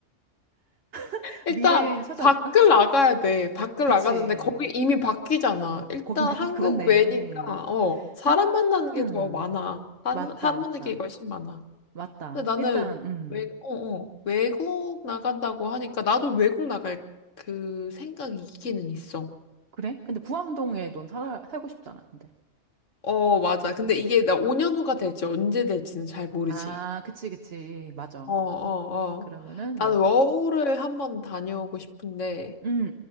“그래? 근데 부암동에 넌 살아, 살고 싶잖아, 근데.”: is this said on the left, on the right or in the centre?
Right